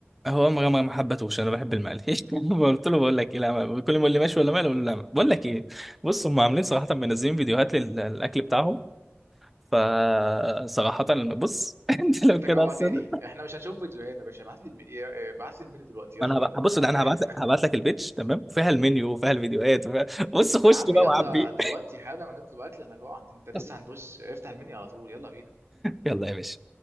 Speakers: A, in the centre; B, on the right.
A: هو ما ما ما حبتهوش انا بحب المقلي <laughs> قلت له بقول لك ايه لا كل ما يقول لي مشوي ولا مقلي اقول له لا بقول لك ايه بص هم عاملين صراحة منزلين فيديوهات لل- للاكل بتاعهم فصراحة بص <laughs> انت لو
B: أنت
A: كده
B: جوعتني
A: اصلا
B: إحنا مش هنشوف فيديوهات يا باشا ابعت لي الم- ابعت لي المنيو دلوقتي يلا
A: انا
B: بينا
A: هب- هبص
B: عشان
A: ده
B: أنا
A: انا
B: جعان
A: هبعت
B: <laughs>
A: هبعت لك البيتش تمام فيها المنيو وفيها الفيديوهات وفيها... بص خش
B: يا عم
A: بقى
B: يلا
A: وعبي
B: دلوقتي حالا أنا هنطلب أكل أنا جوعت أنت لسه
A: <laughs>
B: هنبص افتح المنيو على طول يلا بينا
A: يلا يا باشا